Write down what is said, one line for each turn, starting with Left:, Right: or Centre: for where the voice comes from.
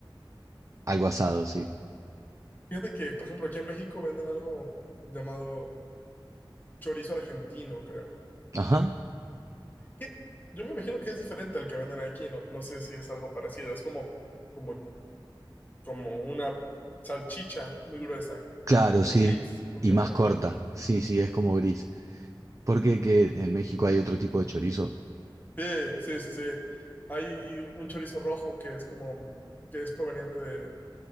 Right: algo asado, sí.
Left: Fíjate que, por ejemplo, aquí en México venden algo llamado chorizo argentino, creo.
Right: Ajá,
Left: que- Yo me imagino que es diferente al que venden aquí, no, no sé si es algo parecido, es como, como, como una salchicha muy gruesa,
Right: claro,
Left: como
Right: sí.
Left: gris con
Right: Y
Left: café.
Right: más corta, sí, sí, es como gris. Porque que en México hay otro tipo de chorizo.
Left: Sí, sí, sí, sí. Hay un chorizo rojo que es como, que es proveniente de,